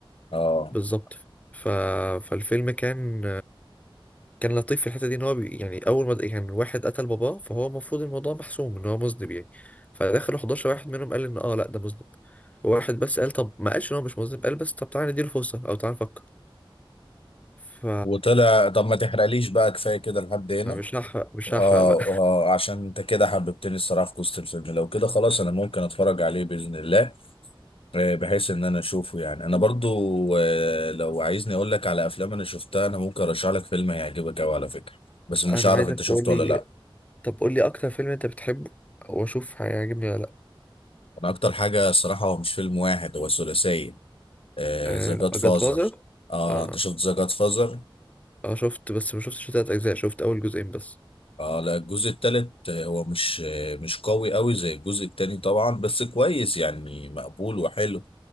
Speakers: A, on the left; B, on the left.
A: اه
B: بالظبط ف... فالفيلم كان كان لطيف في الحته دي ان هو بي... يعني اول ما د- يعني واحد قتل باباه فهو المفروض الموضوع محسوم ان هو مذنب يعني فدخلوا 11 واحد منهم قال ان اه لا ده مذنب وواحد بس قال طب ما قالش ان هو مش مذنب قال بس طب تعالى نديله فرصه او تعالى نفكر ف
A: وطلع طب ما تحرقليش بقى كفايه كده لحد هنا
B: ما مش هحرق مش
A: آه,
B: هحرق بقى
A: اه عشان انت كده حببتني الصراحه في قصه الفيلم لو كده خلاص انا ممكن اتفرج عليه باذن الله آه بحيث ان انا اشوفه يعني انا برضو آه لو عايزني اقول لك على افلام انا شفتها انا ممكن ارشح لك فيلم هيعجبك قوي على فكره بس
B: <laughs>
A: مش
B: انا
A: عارف
B: عايزك
A: انت شفته
B: تقول لي
A: ولا لا
B: طب قول لي اكتر فيلم انت بتحبه واشوف هيعجبني ولا لا
A: انا اكتر حاجه الصراحه هو مش فيلم واحد هو ثلاثيه
B: آه
A: ذا جاد فازر
B: جاد فازر
A: اه The Godfather. آه،
B: اه
A: انت شفت ذا جاد فازر
B: اه شفت بس ما شفتش تلات اجزاء شفت اول جزئين بس
A: اه لا الجزء التالت آه، هو مش آه، مش قوي قوي زي الجزء التاني طبعا بس كويس يعني مقبول وحلو